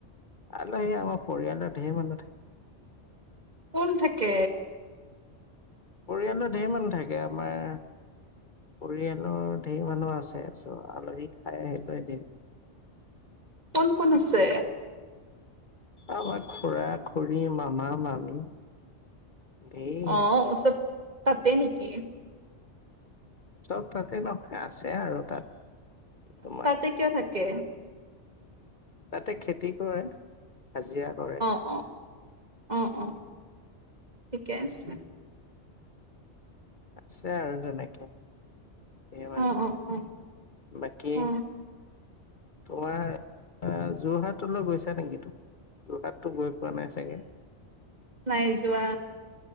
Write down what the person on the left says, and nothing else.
আলহী আমাৰ পৰিয়ালৰ ধেৰ মানুহ থাকে
পৰিয়ালৰ ধেৰ মানুহ থাকে আমাৰ পৰিয়ালৰ ধেই মানুহ আছে চ আলহী খাই আহিলো এদিন <inaudible>
আমাৰ খুৰা খুৰী মামা মামী ধেই
চব তাতে নহয় আছে আৰু তাত। কিছুমান
তাতে খেতি কৰে। হাজিৰা কৰে
আছে আৰু তেনেকে। ধেই মানুহ
বাকি
তোমাৰ যোৰহাটলৈ গৈছা নেকি তুমি যোৰহাট গৈ পোৱা নাই চাগে।